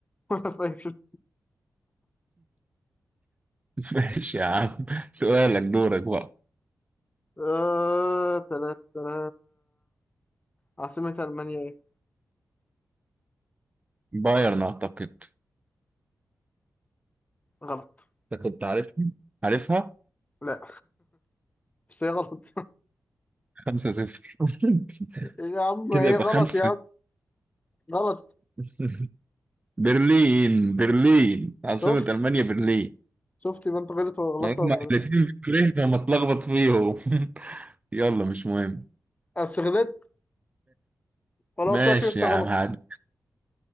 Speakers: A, on the left (about 20°); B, on the right (about 20°).
A: <laughs> ولا فاكر
B: <laughs> ماشي يا عم سؤالك دورك بقى
A: آه تلات تلات عاصمة ألمانيا إيه؟
B: بايرن اعتقد
A: غلط
B: انت كنت عارفها عارفها
A: لا مش هي غلط
B: خمسة صفر <laughs>
A: <laughs> يا عم
B: كده
A: إيه
B: يبقى
A: غلط
B: خمسة
A: يا عم غلط
B: صفر. برلين برلين عاصمة
A: شفت
B: ألمانيا برلين
A: شفت يبقى أنت غلط ولا غلطت
B: هما
A: ولا غلط
B: الاتنين برلين فما اتلخبط فيهم <laughs> يلا مش مهم
A: بس غلطت ولا
B: ماشي
A: قلت لك إن أنت
B: يا
A: غلط
B: عم هاد